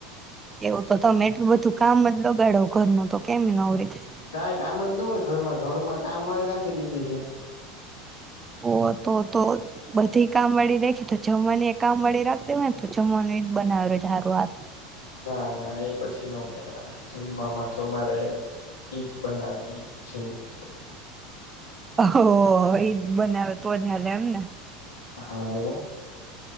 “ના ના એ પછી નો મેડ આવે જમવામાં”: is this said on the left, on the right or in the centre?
Left